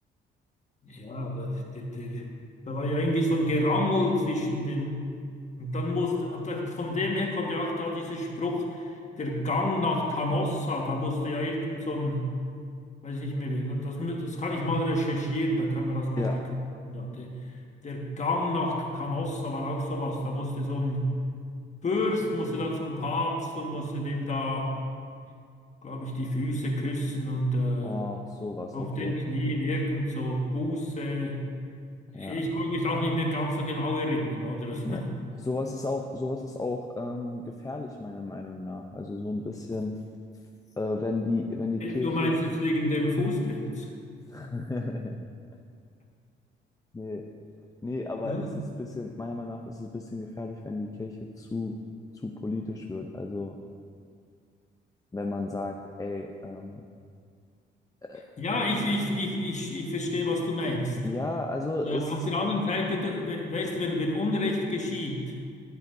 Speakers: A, on the left; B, on the left.
A: Ja, das, der, der, da war ja irgendwie so ein Gerangel zwischen den. Und dann musste, und da, von dem her kommt ja auch da dieser Spruch, der Gang nach Canossa, da musste ja irgend so ein Weiß ich nicht mehr, das, mü- das kann ich mal recherchieren, da kann man das mal
B: Ja.
A: bekommen. Da, der, der Gang nach Canossa war auch sowas. Da musste so ein Fürst, musste da zum Papst und musste dem da, glaube ich, die Füße küssen und äh,
B: Ach, sowas,
A: auf
B: okay.
A: den Knien irgend so Buße. Ich
B: Ja.
A: mag mich auch nicht mehr ganz so genau erinnern, oder? Das,
B: Ja. Sowas ist auch, sowas ist auch ähm, gefährlich, meiner Meinung nach. Also so ein bisschen, äh, wenn die, wenn die
A: <laughs>
B: Kirche.
A: du meinst jetzt wegen dem Fußpilz,
B: <laughs> Nee, nee, aber
A: ne?
B: es ist ein bisschen, meiner Meinung nach ist es ein bisschen gefährlich, wenn die Kirche zu, zu politisch wird. Also wenn man sagt, ey, ähm, äh,
A: Ja, ich, ich, ich, ich, ich verstehe, was du meinst.
B: ja, also
A: Ja,
B: es
A: auf
B: ist
A: der anderen
B: äh,
A: Seite, du, we- weißt du, wenn, wenn Unrecht geschieht,